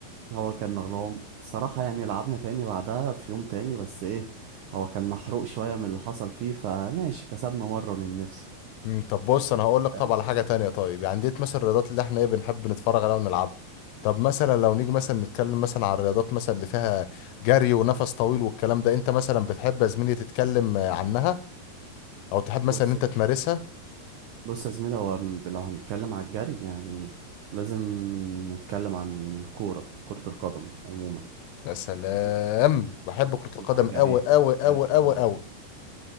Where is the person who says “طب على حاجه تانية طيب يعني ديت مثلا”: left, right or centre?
Left